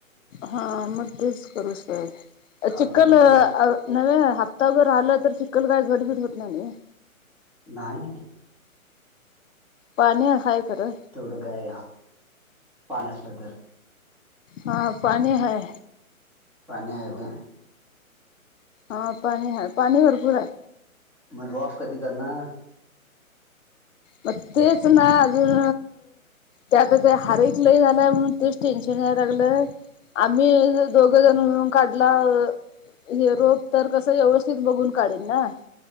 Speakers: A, on the left; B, in the centre.
A: हा म तेच करुस
B: काढून
A: चिखल
B: तिथं
A: नव्हे हप्ताभर राहिलं तर चिक्ल काय घरबीट होत नाय नव्ह
B: नाही नाही
A: पाणी हाय खरं
B: तेवढं काय पाणी असलं तर
A: हा पाणी हाय
B: पाणी हाय व्हय
A: हा पाणी हाय पाणी भरपूर हाय
B: म रॉप कधी करणार
A: मेच ना अजून त्यात ते हारइक लय झालंय म्हणून तेच टेन्शन यालला लागलं आम्ही दोघ जण मिळून काढलाव हे रोप तर कसं व्यवस्थित बघून काढेन ना